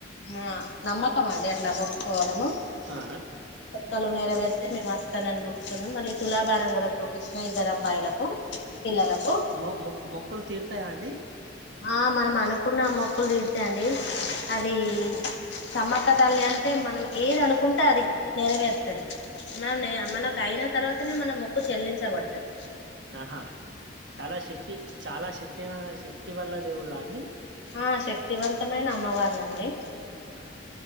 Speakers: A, on the left (about 70°); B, on the right (about 75°).
A: మా నమ్మకం అండి అట్లా మొక్కుకోవడము.
B: ఆ
A: మాలు నేర వడితే మేముస్త. ఇస్తానని మొక్కున్నాం మళ్ళీ తులాభారం కూడా తుకించిన ఇద్దరు అబ్బాయిలకు. పిల్లలకు
B: మొ మొకులు తీర్థ వస్తావండి
A: ఆ మనం అనుకున్న మొక్కులు తీర్చాయంండి అది సమ్మక్క తల్లి అంటే మనం ఏది అనుకుంటే అది నెరవేరుతుది మనం మనకు అయిన తర్వాతనే మనం మొక్కు చెల్లించబడుతుది.
B: ఆహా చాలా శక్తి చాలా శక్తిగా శక్తి. వల్ల దేవులా అండి
A: ఆ శక్తివంతమైన అమ్మవార్లండి
B: ఆ